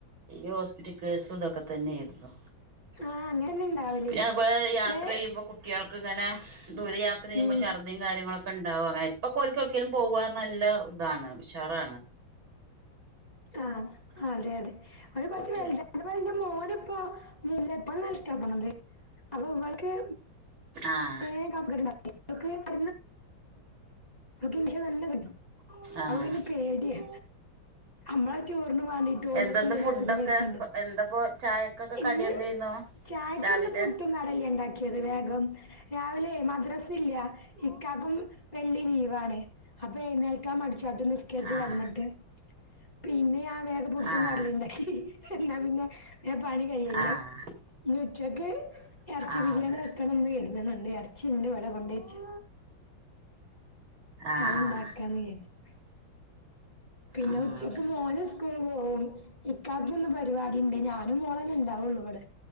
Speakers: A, on the right (about 85°); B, on the left (about 20°).
A: ഈ ഹോസ്പിറ്റൽ കേസും ഇതൊക്കെ തന്നെയെരുന്നു.
B: ആഹ് അങ്ങനെന്നെ ഇണ്ടാവല്
A: പിന്നെ അതുപോലെ യാത്ര
B: ദേ
A: ചെയ്യുമ്പോ കു ട്ട്യൾക്ക് ഇങ്ങനെ ദൂര യാത്ര ചെയ്യുമ്പോ
B: ഉം
A: ശർദ് തിം കാര്യങ്ങളൊക്കെ ണ്ടാവു അങ്ങനെ ഇപ്പൊക്കോൽക്കൊട്ക്കേലും പോവാർഞ്ഞ നല്ല താണ് ഉഷാറാണ്.
B: ആ അതെ അതെ ഓന് കുറച്ച്
A: കുട്ടികൾക്ക്
B: വെലു അതുപോലെ എന്റെ മോന് ഇപ്പൊ മുല്ലപ്പു നല്ലിഷ്ടപ്പെടാണ് അപ്പൊ ഇവൾക്ക്
A: ആഹ്
B: ഏ അവക്ക അവഷം നല്ല കിട്ടും
A: ആഹ്
B: അപ പിന്നെ പേടിയാ നമ്മളെ ചൺടൂറിന് വേണ്ടിട്ട് ഓല്ക്ക്
A: എന്തെന്ന്
B: എന്തരലു.
A: ഫുഡൊക്കെ
B: അസുഖം വരുത്തണ്ടേ
A: എന്താപ്പോ ചായക്കൊക്കെ
B: ഇന്ന്
A: കടി എന്തേന്നു
B: ചായക്കിന്ന്
A: രാവിലെ
B: പുട്ടും കടലേ ഉണ്ടാക്കിയത് വേഗം രാവിലെ മദ്രസ ഇല്ല ഇക്കക്കും വെള്ളി ലീവാണ് അപ്പൊ എഴുന്നേൽക്കാ മടിച്ചാട്ടം നിസ്കരിച്ചു
A: ആഹ്
B: കിടന്നിട്ട് പിന്നെ ഞാൻ വേഗം പുട്ടും
A: ആഹ്
B: കടലേ ഉണ്ടാക്കി എന്നാ പിന്നെ നെ പണി കഴിയല്ലോ
A: ആഹ്
B: ഇനി ഉച്ചയ്ക്ക് എറച്ചി
A: ആഹ്
B: ബിരിയാണി
A: അത്
B: വെക്കണം എന്ന് കരു ഇണ്ട് ഇറച്ചി ഉണ്ട് ഇവിടെ കൊണ്ടച്ചു
A: ആഹ്
B: അത്ണ്ടാക്കാന്ന്
A: ആഹ്
B: വിചാരികും പിന്നെ
A: ആഹ്
B: ഉച്ചക്ക്
A: അതന്നെ
B: മോന് സ് സ്കൂൾ പോവും, ഇക്കാക്കിന്ന് പരിപാടിണ്ട് ഞാനും മോളന്ന ഉണ്ടാവുള്ളൂ ഇവിടെ